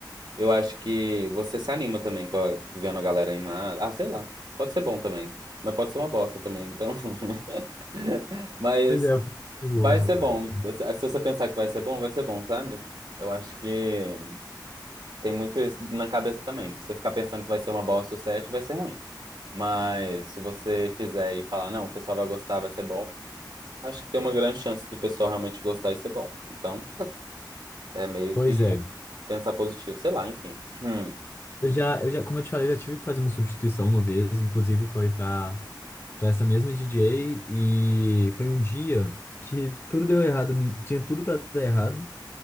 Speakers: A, on the right; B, on the left.
A: eu acho que você se anima também com a- vendo a galera animada. Ah, sei lá. Pode ser bom também. Mas pode ser uma bosta também. Então, <laughs> mas
B: Pois é, eu fico nervoso,
A: vai ser
B: velho.
A: bom. Se você pensar que vai ser bom, vai ser bom, sabe? Eu acho que tem muito isso na cabeça também. Se você ficar pensando que vai ser uma bosta o set, vai ser ruim. Mas se você fizer e falar, não, o pessoal vai gostar, vai ser bom, acho que tem uma grande chance do pessoal realmente gostar e ser bom. Então. É meio
B: Pois
A: que
B: é.
A: pensar positivo, sei lá, enfim. Hum,
B: Eu já, eu já, como eu te falei, eu já tive que fazer uma substituição uma vez, inclusive foi pra para essa mesma DJ e foi um dia que tudo deu errado, ni- tinha tudo para dar errado,